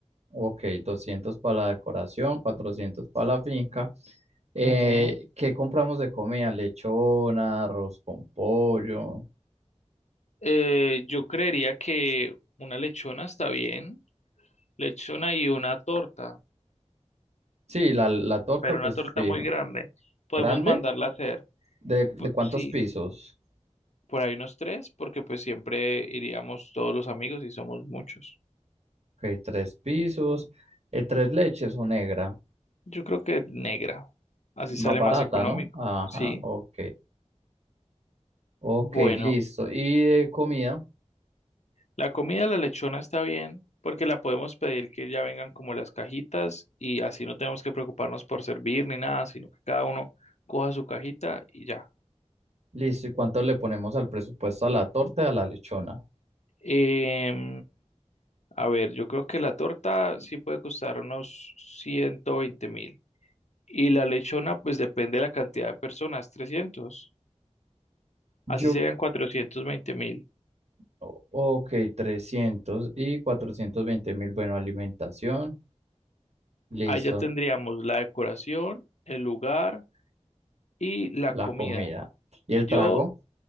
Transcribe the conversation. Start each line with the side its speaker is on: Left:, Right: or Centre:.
Right: Ok, 200 para la decoración, 400 para la finca. Eh,
Left: Ujú.
Right: ¿qué compramos de comida? Lechona, arroz con pollo.
Left: Eh, yo creería que una lechona está bien, lechona y una torta,
Right: Sí, la, la torta,
Left: pero
Right: pues
Left: una torta
Right: fijo.
Left: muy grande. Podemos
Right: ¿Grande?
Left: mandarla a hacer,
Right: ¿De, de
Left: pu-
Right: cuántos
Left: sí,
Right: pisos?
Left: por ahí unos tres, porque pues siempre iríamos todos los amigos y somos muchos.
Right: Ok, tres pisos. Eh, tres leches o negra.
Left: Yo creo que negra, así
Right: Más
Left: sale
Right: barata,
Left: más económico.
Right: ¿no? Ajá,
Left: Sí,
Right: ok. Ok,
Left: bueno,
Right: listo. ¿Y de comida?
Left: la comida de la lechona está bien porque la podemos pedir que ya vengan como las cajitas y así no tenemos que preocuparnos por servir ni nada, sino que cada uno coja su cajita y ya.
Right: Listo. ¿Y cuánto le ponemos al presupuesto a la torta y a la lechona?
Left: Em, a ver, yo creo que la torta sí puede costar unos 120 mil y la lechona pues depende de la cantidad de personas, 300,
Right: Yo,
Left: así serían 420 mil.
Right: O- Ok, 300 y 420 mil. Bueno, alimentación, listo,
Left: Ahí ya tendríamos la decoración, el lugar y la
Right: la
Left: comida.
Right: comida y el
Left: Yo
Right: trago,